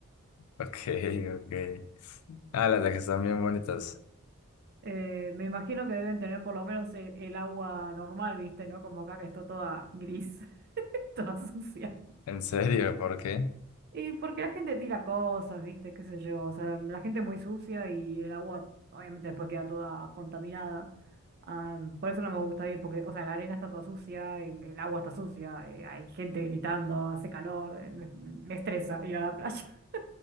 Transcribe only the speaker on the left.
ok, ok. Ah, las de que están bien bonitas.
¿En serio? ¿Por qué?